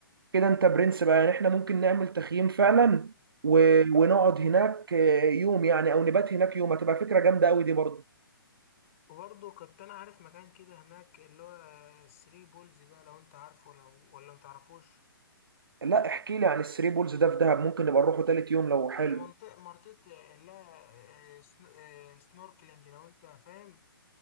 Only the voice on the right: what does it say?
كده انت برنس بقى يعني احنا ممكن نعمل تخييم فعلا و... ونقعد هناك آه، يوم يعني او نبات هناك يوم هتبقى فكره جامده قوي دي برضه
لا احكي لي عن الثري بولز ده في دهب ممكن نبقى نروحه تالت يوم لو حلو